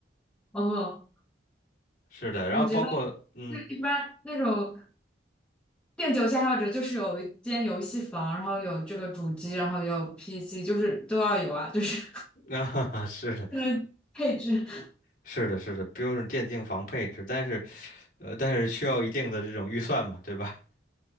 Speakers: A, in the centre; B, on the left.
A: 嗯，
B: 是的，然后包括嗯，
A: 我觉得一般那种电竞爱好者就是有一间游戏房，然后有这个主机，然后有 PC，就是都要有啊，就是
B: <laughs> 啊，是的，
A: <laughs> 那个配置。
B: 是的，是的，标准电竞房配置，但是呃，但是需要一定的这种预算嘛，对吧？